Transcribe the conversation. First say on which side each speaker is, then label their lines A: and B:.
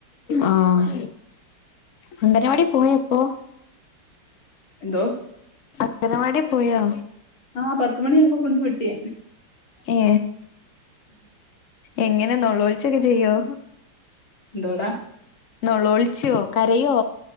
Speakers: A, on the left (about 75°); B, on the left (about 40°).
A: ആഹ് അങ്കരവാടി പോയോപ്പോ
B: എന്തോ
A: അംഗനവാടി പോയാോ
B: ആ പത്തുമണിയായപ്പോ കൊണ്ട് വിട്ട്
A: ഏ എങ്ങനെ നള്ളോഴിച്ചൊക്കെ ചെയ്യോ?
B: എന്തോടാ
A: നോള ഒളിച്ചോ കരയോ?